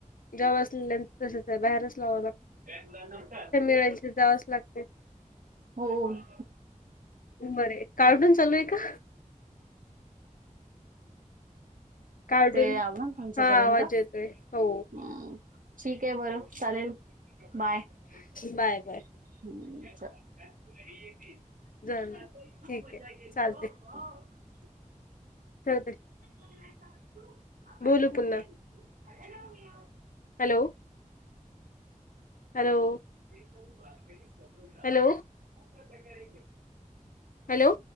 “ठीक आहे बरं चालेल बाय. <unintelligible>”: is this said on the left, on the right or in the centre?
Right